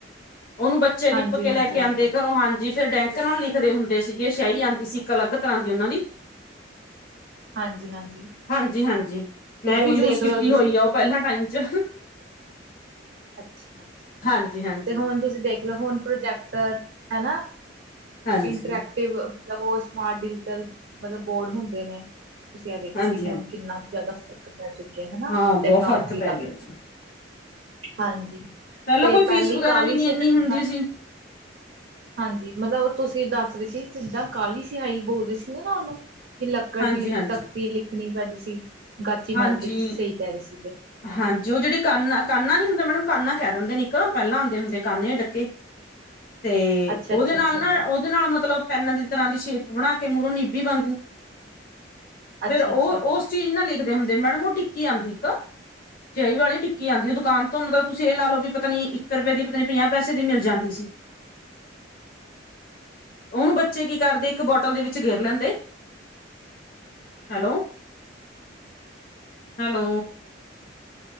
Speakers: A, on the left (about 50°); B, on the right (about 60°).
A: ਉਹਨੂੰ ਬੱਚੇ ਲਿਪ
B: ਹਾਂਜੀ,
A: ਕੇ
B: ਹਾਂਜੀ,
A: ਲੈ ਕੇ ਆਉਂਦੇ
B: ਹਾਂਜੀ,
A: ਘਰੋਂ ਹਾਂਜੀ। ਫਿਰ ਡੈਂਕ ਨਾਲ ਲਿਖਦੇ ਹੁੰਦੇ ਸੀਗੇ ਸ਼ਿਆਹੀ ਆਂਦੀ ਸੀ ਇੱਕ ਅਲੱਗ ਤਰ੍ਹਾਂ ਦੀ ਉਹਨਾਂ ਦੀ
B: ਹਾਂਜੀ- ਹਾਂਜੀ
A: ਹਾਂਜੀ ਹਾਂਜੀ ਮੈਂ
B: ਤੇ
A: ਵੀ
B: ਹੁਣ
A: ਯੂਜ
B: ਦੇਖ
A: ਕੀਤੀ
B: ਲਓ ਤੁਸੀਂ
A: ਹੋਈ ਆ ਉਹ ਪਹਿਲਾਂ ਟਾਈਮ 'ਚ <inaudible>
B: ਅੱਛਾ -ਅੱਛਾ
A: ਹਾਂਜੀ ਹਾਂਜੀ
B: ਤੇ ਹੁਣ ਤੁਸੀਂ ਦੇਖ ਲਓ ਹੁਣ ਪ੍ਰੋਜੈਕਟਰ ਹਨਾ।
A: ਹਾਂਜੀ
B: ਇੰਟਰੈਕਟਿਵ
A: ਹਾਂਜੀ
B: ਮਤਲਬ ਉਹ ਸਮਾਰਟ ਡਿਜੀਟਲ ਮਤਲਬ ਬੋਰਡ ਹੁੰਦੇ ਨੇ। ਤੁਸੀਂ ਆ ਦੇਖੋ
A: ਹਾਂਜੀ
B: ਵੀ ਹੁਣ ਕਿੰਨਾ ਜ਼ਿਆਦਾ ਬਹਿ ਚੁੱਕੇ ਹਨਾ
A: ਹਾਂ ਬਹੁਤ
B: ਟੈਕਨੋਲੋਜੀ
A: ਫ਼ਰਕ ਪੈ
B: ਦਾ
A: ਗਿਆ ਜੀ
B: ਹਾਂਜੀ।
A: ਪਹਿਲਾਂ
B: ਤੇ
A: ਕੋਈ ਫੀਸ
B: ਪਹਿਲੀ
A: ਵਗੈਰਾ
B: ਕਾਲੀ
A: ਵੀ ਨੀ
B: ਸਿਆਹੀ
A: ਇਨੀ ਹੁੰਦੀ
B: ਮਤਲਬ
A: ਸੀ।
B: ਹਾਂਜੀ ਮਤਲਬ ਤੁਸੀਂ ਦੱਸ ਰਹੇ ਸੀ ਜਿੱਦਾਂ ਕਾਹਲੀ ਸਿਹਾਈ ਬੋਲਦੇ ਸੀਗੇ ਨਾ ਉਹਨੂੰ ਕਿ ਲੱਕੜ
A: ਹਾਂਜੀ
B: ਦੀ
A: ਹਾਂਜੀ
B: ਤਖ਼ਤੀ ਲਿਖਣੀ ਪੈਂਦੀ ਸੀ, ਗਾਚੀ ਮਲ
A: ਹਾਂਜੀ
B: ਕੇ ਤੁਸੀਂ ਸਹੀ ਕਹਿ ਰਹੇ ਸੀ।
A: ਹਾਂਜੀ ਉਹ ਜਿਹੜੀ ਕਾਨਾ ਕਾਨਾ ਨੀ ਹੁੰਦਾ ਮੈਡਮ ਕਾਨਾ ਕਹਿ ਦਿੰਦੇ ਨ ਇੱਕਰ ਪਹਿਲਾਂ ਆਉਂਦੇ ਹੁੰਦੇ ਕਾਨੇ ਡੱਕੇ ਤੇ
B: ਅੱਛਾ
A: ਉਹਦੇ
B: ਅੱਛਾ
A: ਨਾਲ
B: ਅੱਛਾ
A: ਨਾ
B: ਅੱਛਾ
A: ਉਹਦੇ ਨਾਲ ਮਤਲਬ ਪੈਨ ਦੀ ਤਰ੍ਹਾਂ ਦੀ ਸ਼ੇਪ ਬਣਾ ਕੇ ਮੂਹੋਂ ਨੀਬੀ ਵਾਂਗੂ
B: ਅੱਛਾ
A: ਫੇਰ ਉਹ
B: ਅੱਛਾ
A: ਉਸ ਚੀਜ਼ ਨਾਲ ਲਿਖ ਹੁੰਦੇ ਮੈਡਮ ਉਹ ਟਿੱਕੀ ਆਉਂਦੀ ਇੱਕ ਸਿਆਈ ਵਾਲੀ ਟਿੱਕੀ ਆਉਂਦੀ ਦੁਕਾਨ ਤੋਂ ਮਤਲਬ ਤੁਸੀਂ ਇਹ ਲਾ ਲ ਲੋ ਵੀ ਪਤਾ ਨੀ ਇੱਕ ਰੁਪਏ ਦੀ ਪਤਾ ਨੀ ਪੰਜਾਹ ਪੈਸੇ ਦੀ ਮਿਲ ਜਾਂਦੀ ਇਸ ਉਹਨੂੰ ਬੱਚੇ ਕੀ ਕਰਦੇ ਇੱਕ ਬੋਟਲ ਦੇ ਵਿੱਚ ਗੇਰ ਲੈਂਦੇ। Hello hello.